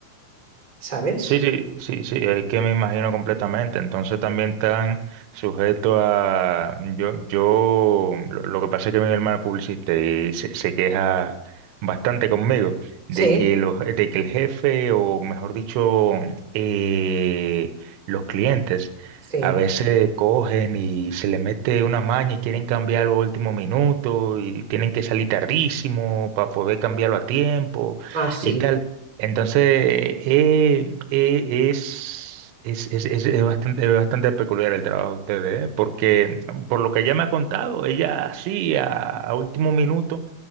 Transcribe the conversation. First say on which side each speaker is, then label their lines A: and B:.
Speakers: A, on the right; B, on the right.
A: ¿sabes?
B: Sí, sí, sí, sí, es que me imagino completamente. Entonces también están sujetos a... Yo, yo, lo, lo que pasa es que mi hermano es publicista y se, se queja bastante conmigo
A: Sí,
B: de que, los, de que el jefe, o mejor dicho, eh, los clientes,
A: sí.
B: a veces cogen y se le mete una maña y quieren cambiarlo a último minuto y tienen que salir tardísimo para poder cambiarlo a tiempo
A: Ah, sí.
B: y tal. Entonces, eh, eh, es, es, es, es- es bastante, es bastante peculiar el trabajo de ustedes, ¿eh? Porque por lo que ella me ha contado, ella sí, a, a último minuto,